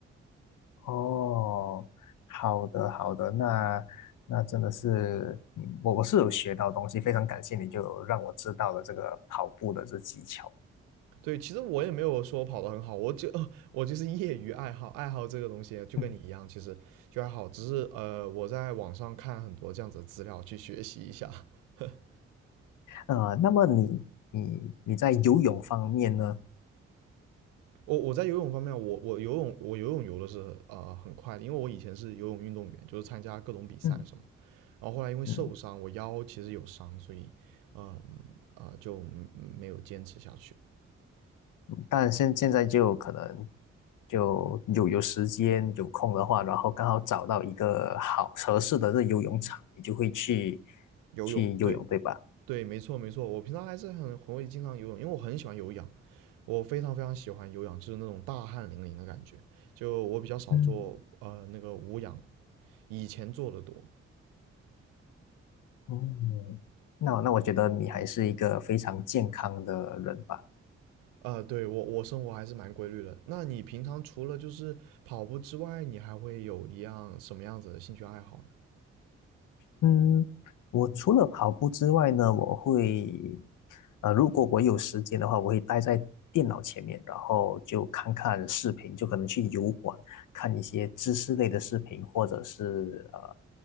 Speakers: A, on the left; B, on the right.
A: 哦，好的好的，那那真的是，嗯我我是有学到东西，非常感谢你就有让我知道了这个跑步的这技巧。
B: 对，其实我也没有说跑的很好，我就 <laughs> 我就是业余爱好，爱好这个东西就跟你一样，
A: <laughs> 嗯，
B: 其实就还好，只是呃我在网上看很多这样子的资料去学习一下。<laughs>
A: 呃，那么你你你在游泳方面呢？
B: 我我在游泳方面，我我游泳我游泳游的是呃很快的，因为我以前是游泳运动员，就是参加各种比赛什么。
A: 嗯。
B: 然后后来因为受伤，
A: 嗯，
B: 我腰其实有伤，所以嗯啊、呃就嗯没有坚持下去。
A: 但现现在就可能就有有时间有空的话，然后刚好找到一个好合适的这游泳场，你就会去
B: 游泳，
A: 去游泳，
B: 对
A: 对吧？
B: 对，没错没错，我平常还是很很会经常游泳，因为我很喜欢有氧，我非常非常喜欢有氧，就是那种大汗淋漓的感觉。就我比较少做呃那个无氧，
A: 嗯
B: 以前做的多。
A: 哦，那那我觉得你还是一个非常健康的人吧。
B: 呃，对，我我生活还是蛮规律的。那你平常除了就是跑步之外，你还会有一样什么样子的兴趣爱好呢？
A: 嗯，我除了跑步之外呢，我会，呃，如果我有时间的话，我会待在电脑前面，然后就看看视频，就可能去油管看一些知识类的视频，或者是呃